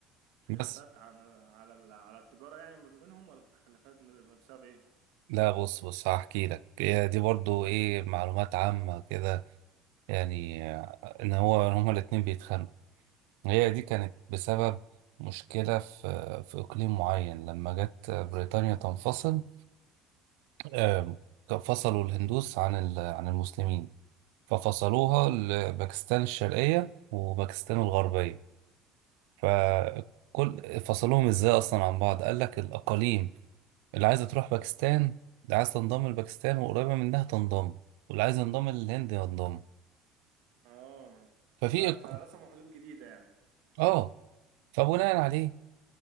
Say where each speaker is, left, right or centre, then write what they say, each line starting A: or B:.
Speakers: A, on the right (about 75°); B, on the right (about 85°).
A: خلافات
B: بس
A: عن على ال- على التجارة يعني ما بينهم ولا خلافات م- بسبب ايه
B: لا بص بص هحكي لك هي دي برضو ايه معلومات عامه كده يعني آه، ان هو إن هما الاتنين بيتخانقوا هي دي كانت بسبب مشكله في في اقليم معين لما جت بريطانيا تنفصل آم، فصلوا الهندوس عن ال- عن المسلمين ففصلوها لباكستان الشرقية وباكستان الغربية فكل فصلوهم ازاي اصلا عن بعض قال لك الاقاليم اللي عايزة تروح باكستان اللي عايز تنضم لباكستان وقريبة منها تنضم واللي عايز ينضم للهند ينضم
A: اه
B: ففي
A: ف- فرسموا
B: إق-
A: حدود جديدة يعني
B: اه فبناء عليه